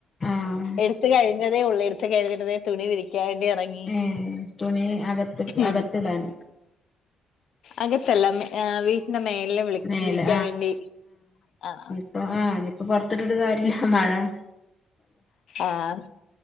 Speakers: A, on the left; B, on the left.
A: ആഹ്
B: എട്ത്ത് കഴിഞ്ഞതേ ഒള്ളൂ എട്ത്ത് കഴിഞ്ഞിട്ട്തേ തുണി വിരി ക്ക്യാൻ വേണ്ടി ഇറങ്ങി
A: ഏഹ് തുണി അകത്ത്
B: ഉം
A: അകത്ത്ടാനോ
B: അകത്തല്ല മെ വീട്ട്ന്റെ മേൽല് വിളി
A: മേലെ
B: വിരിക്കാൻ വേണ്ടി ആഹ്
A: ഇപ്പ ആഹ് ഇനിയിപ്പോ പൊർത്തിട്ട്ട്ട് കാര്യല്ല മഴാ
B: ആഹ്